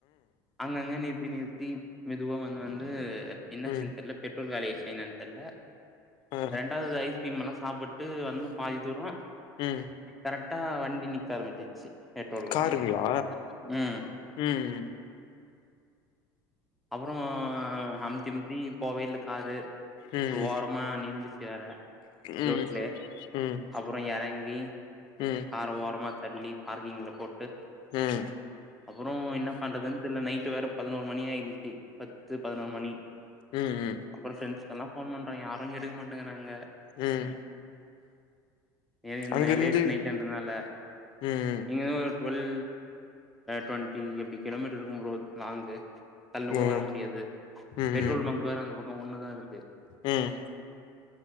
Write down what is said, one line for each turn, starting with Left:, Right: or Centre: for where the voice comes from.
Centre: அங்கங்க நிறுத்தி நிறுத்தி மெதுவா வந் வந்து இது து என்னாச்சுனு
Left: ம்
Centre: தெர்ல பெட்ரோல் காலியாச்சு என்னென் தெர்ல
Left: ஆ
Centre: ரெண்டாவது ஐஸ்கிரீம்ல்லா சாப்புட்டு வந்தோ பாதி தூரோ
Left: ம்
Centre: கரெக்டா வண்டி நிக்க ஆரம்பிச்சிருச்சி பெட்ரோல் இல்லாம
Left: காருங்களா
Centre: ம்
Left: ம்
Centre: அப்றோ அம்தி அம்தி கோவில்ல காரு
Left: ம்
Centre: அப்றோ
Left: ம்
Centre: ஓரமா நின்றிருச்சு வேற
Left: ம்
Centre: லோட்லே
Left: ம்
Centre: அப்றோ எறங் பி
Left: ம்
Centre: கார் ஓரமா தள்ளி பார்கிங்ல்ல போட்டு
Left: ம்
Centre: அப்றோ என்ன பண்றதுன்னு தெர்ல நைட்டு வேற பதினோரு மணியாயிரு ச்சி பத்து பதினோரு மணி
Left: ம்
Centre: அப்றோ ஃபிரென்ஸ்கெல்லா ஃபோன் பண் ணா யாரு எடுக்க மாட்டேங்கறாங்க
Left: ம்
Centre: ஏ
Left: அங்கிருந்து
Centre: லேட் நைட்ன்றதுனால
Left: ம்
Centre: இங்கன ஒரு டு்வெல் டு்வென்டி அப்டி கிலோமீட்டர் இருக்கு ப்ரோ லாங்கு தள்ளனுகூட
Left: ஓ
Centre: வர முடியாது
Left: ம்
Centre: பெட்ரோல்
Left: ம்
Centre: பங்கு வேணா அந்த பக் கோ ஒன்னுதா இருக் கு
Left: ம் ம்